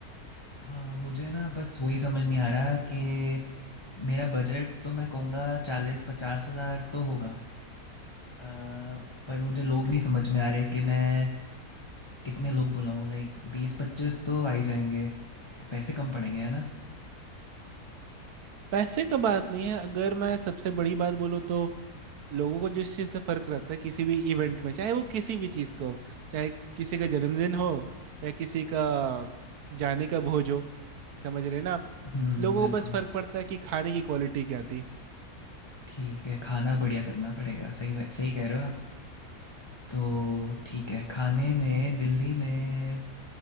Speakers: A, on the left; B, on the right.
A: हाँ मुझे ना बस वही समझ नहीं आ रहा कि मेरा बजट तो मैं कहूँगा चालीस पचास हज़ार तो होगा अ, पर मुझे लोग नहीं समझ में आ रहे कि मैं कितने लोग बुलाऊँ लाइक 20-25 तो आ ही जाएँगे। तो पैसे कम पड़ेंगे, है ना?
B: पैसे का बात नहीं है अगर मैं सबसे बड़ी बात बोलूँ तो लोगों को जिस चीज़ से फ़र्क रहता है किसी भी इवेंट में चाहे वो किसी भी चीज़ को चाहे किसी का जन्मदिन हो या किसी का जाने का भोज हो समझ रहे हैं ना आप
A: हुँ,
B: लोगों
A: हुँ, बिल्कुल।
B: को बस फ़र्क पड़ता है कि खाने की क्वालिटी क्या थी
A: ठीक है, खाना बढ़िया करना पड़ेगा। सही ब सही कह रहे हो आप। तो ठीक है, खाने में दिल्ली में